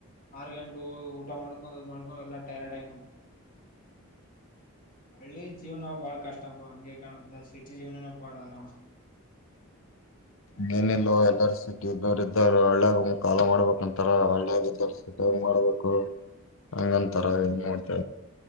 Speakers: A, on the left; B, on the left.
A: ಆರು ಗಂಟೆಗೆ ಹ ಊ ಮಾಡ್ ಮಾಡಕೊಂಡ ಎಲ್ಲ ಟೈರೈಡ್ ಆಗಿಬಡ್ತು ಹಳ್ಳ ಜೀವನ ಬಾಳ ಕಷ್ಟಪ್ಪ ಹಂಗಗೆ ಕಾಣ್ದ ಸಿಟಿ ಜೀವನನ ಬಾಳ ಆರಾಮ
B: ನೀಏನಿಲ್ಲೋ ಎಲ್ಲಾರ ಸಿತಿ ಇದವರು ಇದ್ದಾರರು ಹಳ್ಳ್ಯ ಕಾಲ ಮಾಡ್ಬೇಕಂತಾರ ಹಳ್ಳಿಯಾಗ ಮಾಡ್ಬೇಕು ಹಂಗಂತರ ಏನ್ ನೋಡ್ತ